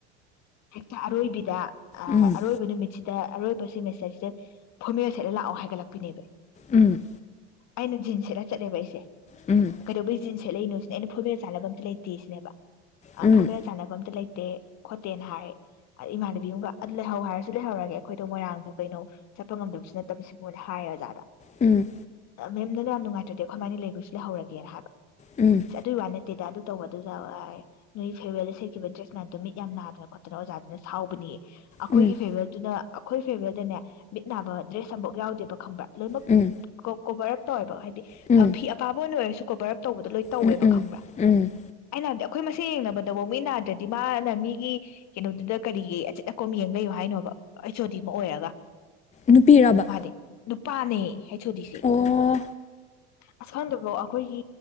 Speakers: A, on the left; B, on the left.
A: ꯍꯦꯛꯇ ꯑꯔꯣꯏꯕꯤꯗ ꯑ
B: ꯎꯝ
A: ꯑꯔꯣꯏꯕꯅꯦ ꯃꯦꯆꯤꯟ ꯗꯗ ꯑꯔꯣꯏꯕ ꯁꯤꯦꯃꯤꯁꯇꯔꯁꯤꯗ ꯐꯣꯔꯃꯦ ꯁꯥꯏꯗ ꯂꯥꯛꯑꯣ ꯍꯥꯏꯒꯠꯂꯛꯄꯤꯅꯦꯕ
B: ꯎꯝ
A: ꯑꯩꯅ ꯖꯤ ꯁꯤꯗꯞ ꯆꯠꯦꯕ ꯑꯩꯁꯦ
B: ꯎꯝ
A: ꯀꯩꯅꯣꯕ ꯆꯁꯤ ꯁꯦꯠꯂꯏꯩꯅꯣ ꯁꯤꯅꯦ ꯑꯩꯅ ꯐꯣꯏꯕꯦꯜ ꯆꯥꯟꯅꯕ ꯑꯝꯇ ꯂꯩꯇꯦ ꯁꯤꯅꯦꯕ ꯑ
B: ꯎꯝ
A: ꯐꯨꯃꯦꯔ ꯆꯥꯟꯅꯕ ꯑꯝꯇ ꯂꯩꯇ ꯠꯇꯦ ꯈꯣꯇꯦꯟꯅ ꯍꯥꯏꯔꯦ ꯑꯗ ꯏꯃꯥꯟꯅꯕꯤ ꯑꯃꯒ ꯂꯩꯍꯧ ꯍꯥꯏꯔꯁꯨ ꯂꯩꯍꯧꯔꯒꯦ ꯑꯩꯈꯣꯏꯗꯣ ꯃꯣꯏꯔꯥꯡꯗꯨ ꯀꯩꯅꯣ ꯆꯠꯄ ꯉꯝꯗꯕꯁꯨ ꯅꯠꯇꯕ ꯁꯤ ꯃꯣꯏꯗ ꯍꯥꯏꯔꯦ ꯑꯣꯖꯥꯗ ꯅ
B: ꯎꯝ
A: ꯑ ꯌꯥꯝ ꯅꯨꯡꯉꯥꯏꯇ꯭ꯔꯗꯤ ꯑꯩꯈꯣꯏ ꯃꯥꯥꯏꯅ ꯂꯩꯈꯣꯏꯁꯨ ꯂꯩꯍꯧꯔꯒꯦꯅ ꯍꯥꯏꯕ
B: ꯎꯝ
A: ꯑꯁ ꯑꯗꯨꯒꯤ ꯋꯥ ꯅꯠꯇꯦꯗ ꯑꯗꯨ ꯇꯧꯕ ꯑꯗꯨꯗ ꯅꯣꯏꯒꯤ ꯐꯦꯔꯋꯦꯜꯗ ꯁꯦꯠꯈꯤꯕ ꯗ꯭ꯔꯦꯁ ꯃꯌꯥꯝꯗꯣ ꯃꯤꯠ ꯌꯥꯝ ꯅꯥꯗꯅ ꯈꯣꯠꯇꯅ ꯑꯣꯖꯥꯗꯨꯅ ꯁꯥꯎꯕꯅꯤꯌꯦ ꯑꯩꯈꯣꯏꯒꯤ
B: ꯎꯝ
A: ꯐꯦꯚꯔꯗꯨꯅ ꯑꯩꯈꯣꯏ ꯐꯦꯃꯤꯦꯜꯗꯅꯦ ꯃꯤꯠ ꯅꯥꯕ ꯗ꯭ꯔꯦꯁ ꯑꯃꯐꯥꯎ ꯌꯥꯎꯗꯦꯕ ꯈꯪꯕ꯭ꯔꯥ ꯂꯣꯏꯅꯃꯛ
B: ꯎꯝ
A: ꯀꯣꯕꯔ ꯇ ꯑꯣꯏ
B: ꯎꯝ
A: ꯑꯦ ꯐꯤ ꯑꯄꯥꯝꯕ ꯑꯣꯏꯅ ꯑꯣꯏꯔꯥꯁꯨ ꯀ‌ꯣꯕꯔ ꯇꯧꯕꯥꯗꯨ ꯂ‌ꯣꯏꯟ ꯇꯧꯑꯦꯕ
B: ꯎꯝ ꯎꯝ
A: ꯈꯪꯕ‍꯭ꯔꯥ
B: ꯎꯝ
A: ꯑꯩꯅꯥ ꯍꯥꯏꯗꯤ ꯑꯩꯈ‌ꯪꯏ ꯃꯁ‌ꯦꯟ ꯌ‌ꯦꯡꯅꯕꯗꯤ ꯑꯗꯨꯕꯨ ꯃꯤꯠ ꯅꯥꯗ꯭ꯔꯗꯤ ꯃꯥꯅ ꯃꯤꯒꯤ ꯀꯩꯅꯣꯗꯨꯗ ꯀꯔꯤꯒꯤ ꯑꯆꯤꯠ ꯑꯀꯣꯝ ꯌꯦꯡ ꯂꯩꯌꯨ ꯍꯥꯏꯅꯣꯕ ꯑꯩꯆ ꯑꯣꯗꯤ ꯑꯃ ꯑꯣꯏꯔꯒ
B: ꯅꯨꯄꯤꯔꯕ
A: ꯃꯥꯗꯤ ꯅꯨꯄꯥꯅꯤ ꯑꯩꯆ ꯑꯣ ꯗꯤ ꯁꯤ
B: ꯑꯣ
A: ꯑꯁ ꯈꯪꯗꯕ꯭ꯔꯣ ꯑꯩꯈꯣꯏꯒꯤ